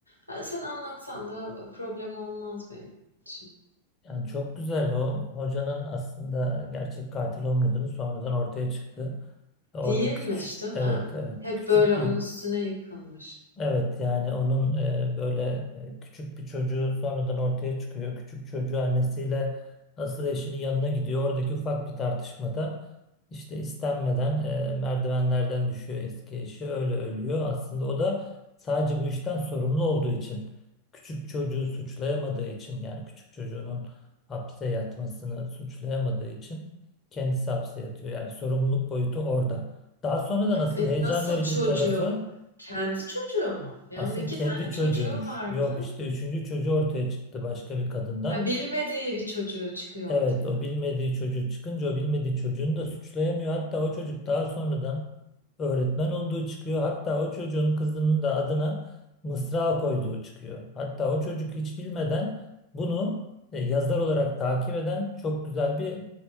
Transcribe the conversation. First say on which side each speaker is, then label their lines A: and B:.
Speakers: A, on the left; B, on the left.
A: Ha, sen anlatsan da problem olmaz benim için.
B: Yani çok güzel o hocanın aslında gerçek katil olmadığını sonradan ortaya çıktı. Orada
A: Değilmiş,
B: küçük,
A: değil
B: evet
A: mi?
B: evet,
A: Hep
B: küçük
A: böyle onun
B: bir
A: üstüne yıkılmış.
B: Evet yani onun e, böyle e, küçük bir çocuğu sonradan ortaya çıkıyor. Küçük çocuğu annesiyle asıl eşinin yanına gidiyor. Oradaki ufak bir tartışmada işte istenmeden e, merdivenlerden düşüyor eski eşi. Öyle ölüyor. Aslında o da sadece bu işten sorumlu olduğu için küçük çocuğu suçlayamadığı için yani küçük çocuğunun hapse yatmasını suçlayamadığı için kendisi hapse yatıyor. Yani sorumluluk boyutu orada. Daha sonra
A: Ha,
B: da nasıl
A: e,
B: heyecan
A: nasıl
B: verici
A: çocuğu?
B: tarafı
A: Kendi çocuğu mu? E
B: Asıl
A: onun iki
B: kendi
A: tane
B: çocuğumuş.
A: çocuğu vardı.
B: Yok işte üçüncü çocuğu ortaya çıktı başka bir kadından.
A: Ha, bilmediği bir çocuğu çıkıyor
B: Evet
A: ortaya.
B: o bilmediği çocuğu çıkınca o bilmediği çocuğunu da suçlayamıyor. Hatta o çocuk daha sonradan öğretmen olduğu çıkıyor. Hatta o çocuğun kızının da adına Mısra koyduğu çıkıyor. Hatta o çocuk hiç bilmeden bunu e, yazar olarak takip eden çok güzel bir